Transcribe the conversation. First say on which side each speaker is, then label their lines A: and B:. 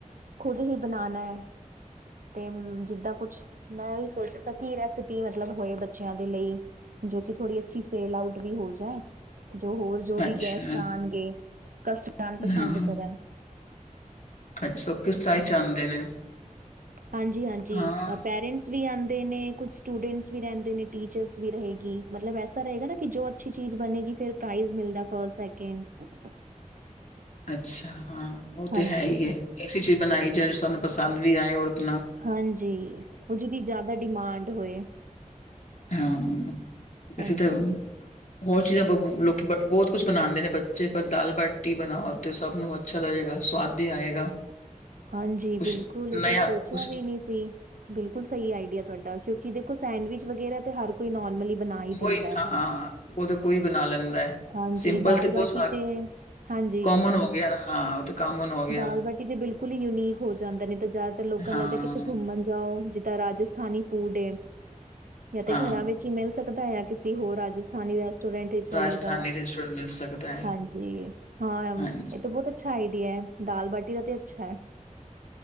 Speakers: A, on the right; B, on the left.
A: ਖੁਦ ਹੀ ਬਣਾਣਾ ਹੈ। ਤੇ ਜਿਦਾ ਕੁਛ ਮੈਂ ਹੀ ਸੋਚਤਾ ਕੀ ਰੈਸਪੀ ਮਤਲਬ ਹੋਏ ਬੱਚਿਆਂ ਦੇ ਲਈ। ਜੋ ਕਿ ਥੋੜ੍ਹੀ ਅੱਛੀ ਸੇਲ ਆਊਟ ਵੀ ਹੋ ਜਾਏ। ਜੋ ਹੋਰ ਜੋ ਵੀ
B: ਅੱਛਾ,
A: ਗੈਸਟ ਆਉਣਗੇ ਕਸਟਡ ਨੂੰ ਪਸੰਦ
B: ਹਾਂ।
A: ਕਰਨ-
B: ਅੱਛਾ ਉਹ ਕਿਸ ਤਰ੍ਹਾਂ ਚਾਹਦੇ ਨੇ-
A: ਹਾਂਜੀ- ਹਾਂਜੀ
B: ਹਾਂ,
A: ਪੇਰੈਂਟਸ ਵੀ ਆਉਦੇ ਨੇ ਕੁਛ- ਸਟੂਡੈਂਟਸ ਵੀ ਰਹਿਦੇ ਨੇ ਟੀਚਰਸ ਵੀ ਰਹੇਗੀ। ਮਤਲਬ ਐਸਾ ਰਹੇਗਾ ਨਾ ਕਿ ਜੋ ਅਛੀ ਚੀਜ ਬਣੇਗੀ। ਫੇਰ- ਪ੍ਰਾਈਜ਼ ਮਿਲਦਾ ਫਸਟ ਸੈਕਿੰਡ-
B: ਅੱਛਾ ਹਾਂ ਉਹ ਤੇ
A: ਹਾਂਜੀ-ਹਾਂਜੀ
B: ਹੈ। ਹੀ ਹੈ। ਐਸੀ ਚੀਜ ਬਣਾਈ ਜਾਏ ਜੋ ਸਾਨੂੰ ਪਸੰਦ ਵੀ ਆਏ ਔਰ ਕਿਨਾ-
A: ਹਾਂਜੀ ਉਹ ਜਿਹਦੀ ਜ਼ਿਆਦਾ ਡਿਮਾਂਡ ਹੋਏ।
B: ਹਾਂ
A: ਹਾਂਜੀ-ਹਾਂਜੀ
B: ਇਸੇ ਤਰ੍ਹਾਂ- ਹੋਰ ਚੀਜਾ ਬਹੁ ਲੋਕ ਬਹੁਤ ਕੁਛ ਬਣਾਉਦੇ ਨੇ ਬੱਚੇ ਪਰ ਦਾਲ ਬਾਟੀ ਬਣਾਓ- ਤੇ ਸਭ ਨੂੰ ਅੱਛਾ ਲੱਗੇਗਾ ਸੁਵਾਦ ਵੀ ਆਏਗਾ।
A: ਹਾਂਜੀ
B: ਕੁਛ
A: ਬਿਲਕੁਲ ਇਹ
B: ਨਯਾ
A: ਤੇ ਸੋਚਿਆ
B: ਕੁਛ
A: ਵੀ ਨਹੀ ਸੀ। ਬਿਲਕੁਲ ਸਹੀ ਆਈਡੀਆ ਤੁਹਾਡਾ ਕਿਉਕਿ ਦੇਖੋ ਸੈਂਡਵਿਚ ਵਗੈਰਾ ਤੇ ਹਰ- ਕੋਈ ਨੋਰਮਲੀ ਬਣਾ- ਹੀ
B: ਉਹੀ
A: ਦਿੰਦਾ
B: ਹਾਂ, ਉਹ ਤਾਂ ਕੋਈ ਬਣਾ ਲੈਂਦਾ ਹੈ।
A: ਹਾਂਜੀ
B: ਸਿੰਪਲ
A: ਦਾਲ
B: ਤੇ
A: ਬਾਟੀ
B: ਬਹੁਤ,
A: ਤੇ ਹਾਂਜੀ
B: ਕੋਮਨ ਹੋ ਗਿਆ ਹਾਂ ਉਹ- ਕਾਮਨ ਹੋ ਗਿਆ
A: ਦਾਲ ਬਾਟੀ ਤੇ ਬਿਲਕੁਲ ਹੀ ਯੂਨੀਕ ਹੋ ਜਾਦਾ ਨੇ। ਜ਼ਿਆਦਾਤਰ ਲੋਕਾਂ
B: ਹਾਂ
A: ਨੂੰ ਲੱਗਦਾ ਕਿਥੇ ਘੁੰਮਣ ਜਾਓ ਜਿਦਾਂ ਰਾਜਸ- ਥਾਨੀ ਫੂਡ ਜਾਂ ਤੇ
B: ਹਾਂ
A: ਘਰਾਂ ਵਿਚ ਹੀ ਮਿਲ ਸਕਦਾ ਆ ਕਿਸੇ ਹੋਰ ਰਾਜਸਥਾਨੀ ਰੈਸਟੋਰੈਂਟ- ਚਲੇ
B: ਰਾਜਸਥਾਨੀ
A: ਜਾਓ
B: ਰੈਸਟੋਰੈਂਟ ਮਿਲ ਸਕਦਾ ਹੈ
A: ਹਾਂਜੀ ਹਾਂ
B: ਹਾਂਜੀ
A: ਇਥੇ ਬਹੁਤ- ਅੱਛਾ ਆਈਡੀਆ ਹੈ। ਦਾਲ ਬਾਟੀ ਦਾ ਤੇ ਅੱਛਾ ਹੈ।